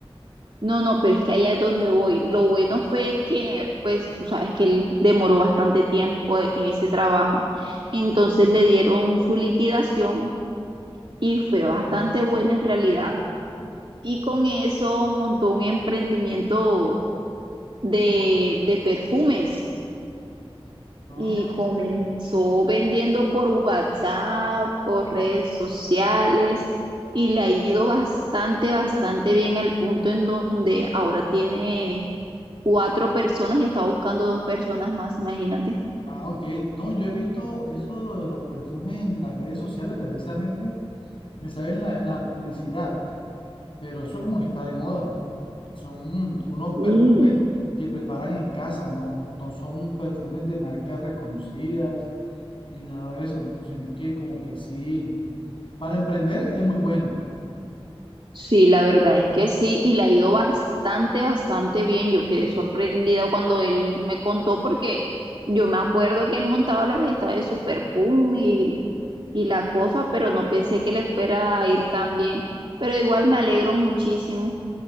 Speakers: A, on the right; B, on the left.
A: No, no, pero es que allá es donde voy. Lo bueno fue que, pues, tú sabes que él demoró bastante tiempo e- en ese trabajo. Entonces le dieron su liquidación y fue bastante buena en realidad. y con eso montó un emprendimiento de, de perfumes
B: Ah,
A: y comenzó vendiendo por WhatsApp, por redes sociales y le ha ido bastante, bastante bien al punto en donde ahora tiene cuatro personas y está buscando dos personas más, imagínate.
B: ah, ok. No, yo he visto eso de lo de los perfumes en las redes sociales, precisamente, me sale en la, en la publicidad, pero eso como que está de moda. Son unos
A: sí
B: perfumes que preparan en casa, no, no son perfumes de marcas reconocidas ni nada de eso, sino que como que sí, para emprender es muy bueno.
A: Sí, la verdad es que sí, y le ha ido bastante, bastante bien. Yo quedé sorprendida cuando él me contó porque yo me acuerdo que él montaba los estados de su perfume y, y la cosa, pero no pensé que le fuera a ir tan bien. Pero igual me alegro muchísimo.